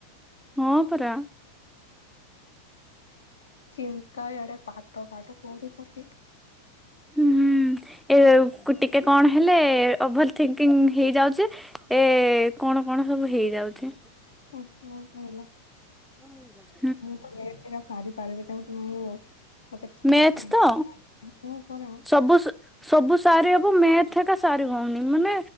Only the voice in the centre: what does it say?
ହଁ ପରା-
ହୁଁ ଏ ଟିକେ କଣ ହେଲେ ଓଭର ଥିଙ୍କିଙ୍ଗ ହେଇଯାଉଛି। ଏ କଣ କଣ ସବୁ ହେଇଯାଉଛି।
କଣ ହେଇଗଲା
ମେଥ୍ ତ
ସବୁ ସବୁ ସାରି ହେବ ମେଥ୍ ଏକା ସାରି ହଉନି ମାନେ